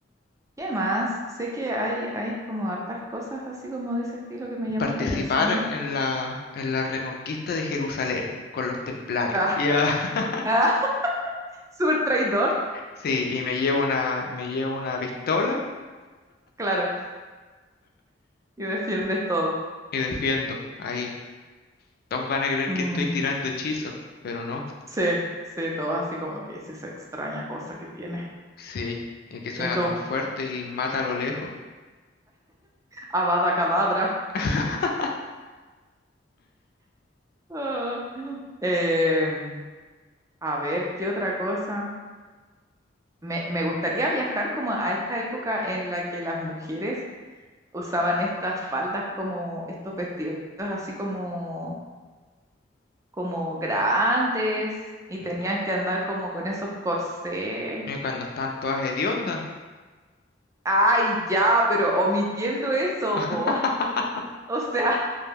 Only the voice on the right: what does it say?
¿Qué más? Sé que hay, hay como hartas cosas así como de ese estilo que me llaman
la atención.
Ah,
<laughs>
ah, súper traidor.
Claro. y defiendes todo.
Mm,
Sí, sí, todo así como que es esa extraña cosa que tiene.
Y tú,
Avada Kedavra.
Ah. Em, a ver, ¿qué otra cosa? Me, me gustaría viajar como a esta época en la que las mujeres usaban estas faldas como estos vestidos así como, como grandes y
tenían
que andar como con esos corsés.
Ay, ya, pero omitiendo eso,
po. <laughs> O sea.